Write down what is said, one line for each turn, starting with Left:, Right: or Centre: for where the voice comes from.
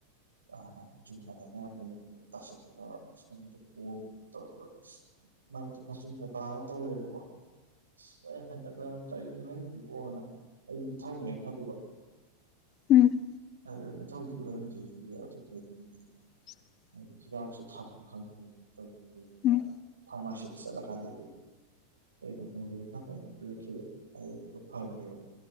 Right: ꯑ ꯆꯨꯝꯃ <unintelligible> ꯃꯆꯨꯝꯗ ꯇꯥꯔ ꯇꯧꯋꯦꯕꯀꯣ꯫ ꯑꯁ ꯑꯩꯅ ꯍꯩꯅꯗꯅ ꯀꯩꯅꯣ ꯅꯪꯁꯤꯕꯣꯅ ꯑꯩꯗꯤ ꯅꯤꯡꯊꯧꯅꯦ ꯈꯜꯂꯨꯕ꯫
Left: ꯎꯝ
Right: ꯑꯗꯨ ꯃꯊꯧꯗꯨ ꯑꯣꯏꯔꯝꯗꯦ ꯑꯗꯨ ꯑꯗꯨꯝꯕꯗꯨꯅꯦ꯫
Left: <inaudible>
Right: ꯑꯗꯨ ꯍꯤꯗꯥꯛꯁꯨ ꯊꯝꯕ ꯈꯪꯗ ꯇꯧꯋꯤ ꯑꯗꯨꯗꯗꯤ
Left: ꯎꯝ
Right: ꯐꯥꯔꯃꯥꯁꯤꯗ ꯆꯠꯂꯀꯥꯟꯗꯗꯤ ꯀꯩꯒꯕ ꯃꯣꯂꯣꯝꯂ ꯀꯩꯅꯣ ꯄꯤꯔꯛꯈꯤꯕꯅꯦ ꯍꯥꯏꯗꯨꯒ ꯐꯥꯈ꯭ꯔꯦꯕ꯫